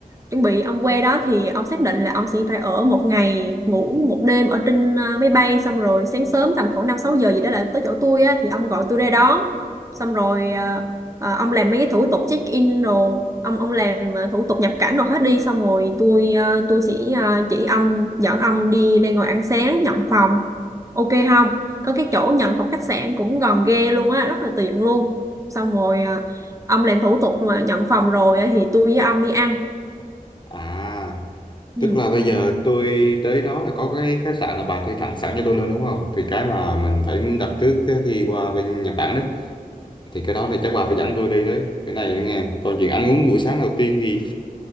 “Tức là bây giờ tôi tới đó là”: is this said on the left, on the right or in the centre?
Left